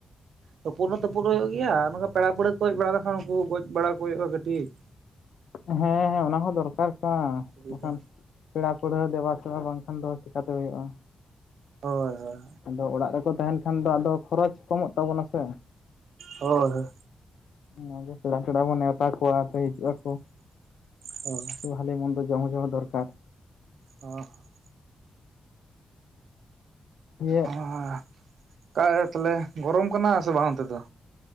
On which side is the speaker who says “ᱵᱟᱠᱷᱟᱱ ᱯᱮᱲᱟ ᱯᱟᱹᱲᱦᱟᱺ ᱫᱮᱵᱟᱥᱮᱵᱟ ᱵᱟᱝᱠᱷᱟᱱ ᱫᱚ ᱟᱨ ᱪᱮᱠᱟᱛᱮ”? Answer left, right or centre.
Left